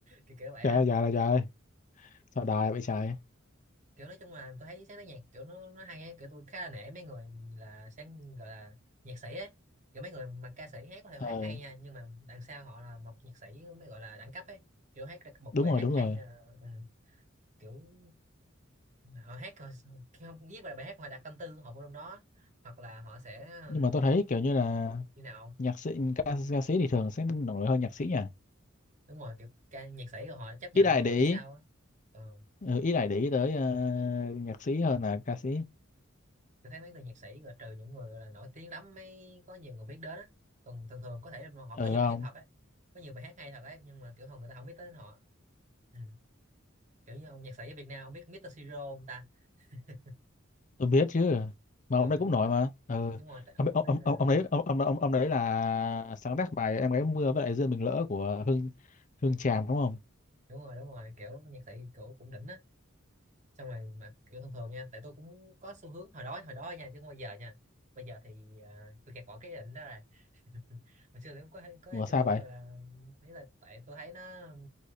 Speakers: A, on the right (about 40°); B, on the left (about 40°).
A: kiểu kiểu vậy
B: Trời
A: á
B: ơi, trời ơi, trời ơi. Sao đài vậy trời.
A: kiểu nói chung là tôi thấy sáng tác nhạc kiểu nó nó hay ấy. kiểu tôi khá là nể mấy người là sáng gọi là nhạc sĩ ấy kiểu mấy người mà ca sĩ hát có thể
B: Ờ,
A: mà hát hay nha nhưng mà đằng sau họ là một nhạc sĩ mới gọi là đẳng cấp ấy kiểu hát được một
B: đúng
A: bài
B: rồi,
A: hát
B: đúng
A: hay
B: rồi.
A: là ừ, kiểu họ hát họ khi không viết bài bài hát họ đặt tâm tư của họ vô trong đó hoặc là họ sẽ ừ,
B: Nhưng mà tôi thấy kiểu như là
A: như nào không?
B: nhạc sĩ, ca, ca sĩ thì thường sẽ nổi hơn nhạc sĩ nhỉ?
A: đúng rồi kiểu ca nhạc sĩ rồi họ chấp
B: Ít
A: nhận
B: ai
A: luôn
B: để
A: phía
B: ý,
A: sau á ừ.
B: ừ, ít ai để ý tới ờ, nhạc sĩ hơn là ca sĩ.
A: tôi thấy mấy người nhạc sĩ rồi trừ những người gọi là nổi tiếng lắm mới có nhiều người biết đến á còn thường thường có thể là họ
B: Ừ
A: có nhiều
B: không?
A: bài hit thật á có nhiều bài hát hay thật ấy nhưng mà kiểu không người ta không biết tới họ ừ. kiểu như ông nhạc sĩ ở Việt Nam ông biết Mr. Siro không ta <laughs>
B: tôi biết chứ mà
A: ờ
B: ông đấy cũng
A: đúng
B: nổi
A: rồi
B: mà ừ.
A: đúng rồi tại
B: ông,
A: ông ông
B: ông,
A: đấy là
B: ông, ông đấy ông, ông, ông, ông đấy là sáng tác bài em gái mưa với lại duyên mình lỡ của Hương Hương Tràm đúng không
A: đúng rồi đúng rồi kiểu nhạc sĩ cổ cũng đỉnh á xong rồi mà kiểu thường thường nha tại tôi cũng có xu hướng hồi đó hồi đó nha chứ không bao giờ nha bây giờ thì à, tôi gạt bỏ cái ý định đó rồi <laughs> hồi xưa thì cũng có có
B: Ủa
A: xu
B: sao
A: hướng
B: vậy
A: gọi là ấy là tại tôi thấy nó